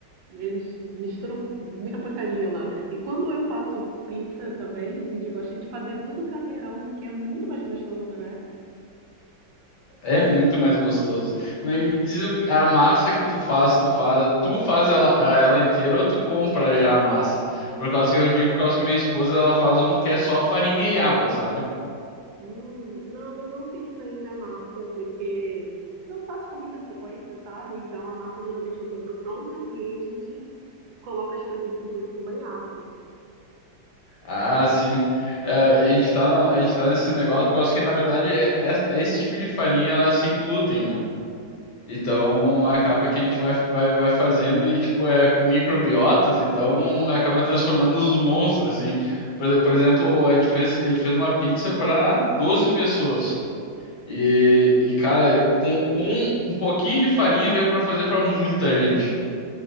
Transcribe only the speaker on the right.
eles misturam muita porcaria lá. E quando eu faço pizza também, a gente gosta de fazer tudo caseirão, porque é muito mais gostoso, né?
Hum, não, eu não fiz ainda a massa, porque não faço com muita frequência, sabe? Então a massa geralmente eu compro pronta e aí a gente coloca as coisas assim por cima e assa.